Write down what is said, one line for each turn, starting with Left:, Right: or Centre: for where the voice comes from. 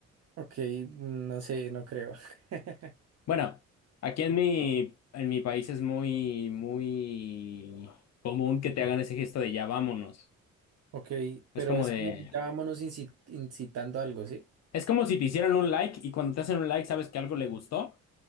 Right: ok, no sé, no creo. <laughs>
Left: Bueno, aquí en mi, en mi país es muy, muy común que te hagan ese gesto de ya vámonos.
Right: Ok, pero
Left: Es como
Right: es
Left: de,
Right: como ya vámonos inci- incitando algo, ¿sí?
Left: es como si te hicieran un like y cuando te hacen un like sabes que algo le gustó.